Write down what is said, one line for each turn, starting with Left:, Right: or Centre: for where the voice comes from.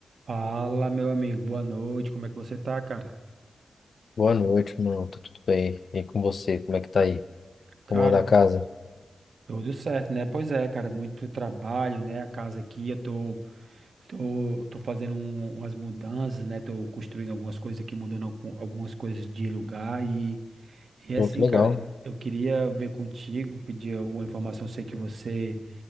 Right: Fala, meu amigo, boa noite, como é que você tá, cara?
Left: Boa noite, mano. Tá Tudo bem? E com você? Como é que tá aí?
Right: Cara,
Left: Como anda a casa?
Right: tudo certo, né? Pois é, cara, muito trabalho, né? A casa aqui, eu tô, tô, tô fazendo um- umas mudanças, né? Tô construindo algumas coisas aqui, mudando algu- algumas coisas de lugar e, e
Left: Pô,
Right: assim,
Left: que legal.
Right: cara, eu queria ver contigo, pedir alguma informação, sei que você